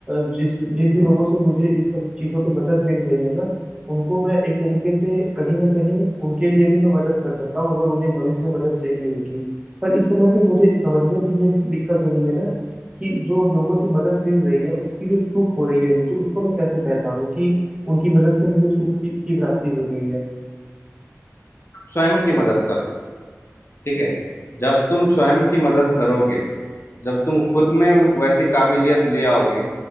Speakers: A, on the right; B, on the left.
A: जिस जिन भी लोगों से मुझे इस सब चीजों पे मदद मिल रही है ना उनको मैं एक तरीके से कहीं ना कहीं उनके लिए भी मैं मदद कर सकता हूँ अगर उन्हें भविष्य में मदद चाहिए होगी पर इस समय पे मुझे समझने में ये दिक्कत हो रही है ना कि जो लोगों से मदद मिल रही है उसकी जो सुख हो रही है मुझे उसको मैं कैसे पहचानूं कि उनकी मदद से मुझे सुख की, की प्राप्ति हो रही है
B: स्वयं की मदद करो ठीक है जब तुम स्वयं की मदद करोगे जब तुम खुद में वैसी काबिलियत ले आओगे